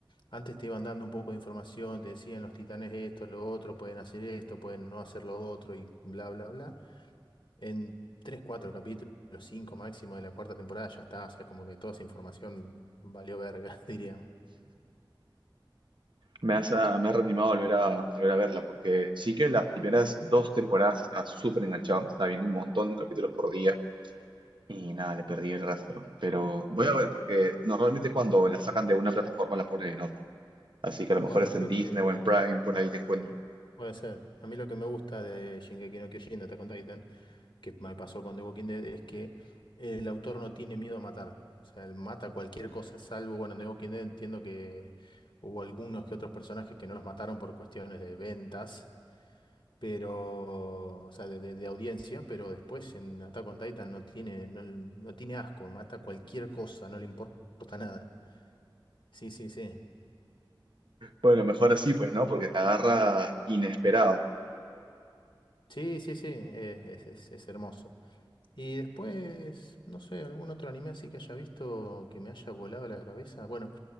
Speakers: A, on the left; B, on the right.
A: antes te iban dando un poco de información, te decían los titanes esto, lo otro, pueden hacer esto, pueden no hacer lo otro y bla, bla, bla. En tres, cuatro capítulos, cinco máximo de la cuarta temporada ya está. O sea, como que toda esa información valió verga, <laughs> diría.
B: Me has, ah, me has reanimado a volver a, a volver a verla, porque sí que las primeras dos temporadas estaba súper enganchado, me estaba viendo un montón de capítulos por día y nada, le perdí el rastro. Pero voy a ver, porque normalmente cuando la sacan de una plataforma la ponen en otra. Así que a lo
A: Bueno,
B: mejor es
A: a mí
B: en
A: lo
B: Disney
A: que...
B: o en Prime, por ahí te encuentro.
A: Puede ser. A mí lo que me gusta de Shingeki no Kyojin, de Attack on Titan, que me pasó con The Walking Dead es que el autor no tiene miedo a matar. O sea, él mata cualquier cosa, salvo, bueno, en The Walking Dead entiendo que hubo algunos que otros personajes que no los mataron por cuestiones de ventas, pero, o sea, de, de- de audiencia, pero después en Attack on Titan no tiene, no, no tiene asco, mata cualquier cosa, no le importa nada. Sí, sí, sí.
B: Bueno, mejor así, pues, ¿no? Porque te agarra inesperado.
A: Sí, sí, sí, es, es es- es hermoso. Y después, no sé, algún otro anime así que haya visto que me haya volado la cabeza. Bueno,